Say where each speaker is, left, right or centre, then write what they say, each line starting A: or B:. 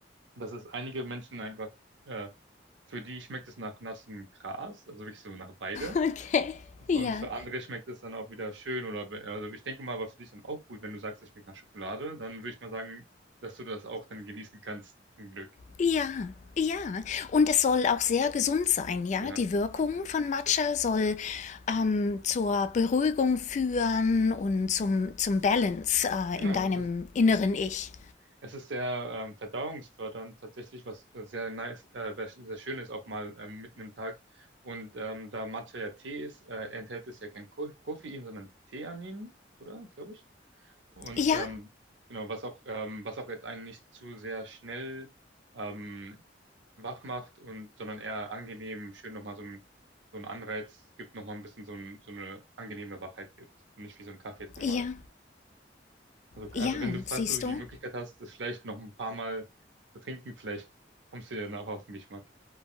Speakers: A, on the right; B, on the left.
A: dass es einige Menschen einfach, äh, für die schmeckt es nach nassem Gras, also wirklich so nach Weide.
B: Okay. Ja.
A: Und für andere schmeckt es dann auch wieder schön oder, be- also ich denke mal, aber für dich dann auch gut, wenn du sagst, es schmeckt nach Schokolade, dann würde ich mal sagen, dass du das auch dann genießen kannst, zum Glück.
B: Ja. Ja, und es soll auch sehr gesund sein, ja.
A: Ja,
B: Die Wirkung von Matcha
A: es ist,
B: soll ähm, zur Beruhigung führen und zum, zum Balance äh,
A: genau,
B: in deinem
A: es ist,
B: inneren
A: es,
B: Ich.
A: es ist sehr ähm, verdauungsfördernd tatsächlich, was äh, sehr nice, äh, was sehr schön ist, auch mal ähm, mitten im Tag. Und ähm, da Matcha ja Tee ist, äh, enthält es ja kein Ko Koffein, sondern Theanin, oder? Glaube ich. Und
B: Ja,
A: ähm, genau, was auch, ähm, was auch jetzt einen nicht zu sehr schnell ähm, wach macht und, sondern eher angenehm, schön nochmal so ein, so ein Anreiz gibt, nochmal ein bisschen so, ein, so eine angenehme Wachheit gibt und nicht wie so ein Kaffee jetzt nochmal.
B: ja,
A: Also, also
B: ja,
A: wenn du, falls
B: siehst
A: du die
B: du?
A: Möglichkeit hast, das vielleicht noch ein paar Mal zu trinken, vielleicht kommst du dir danach auf den Geschmack.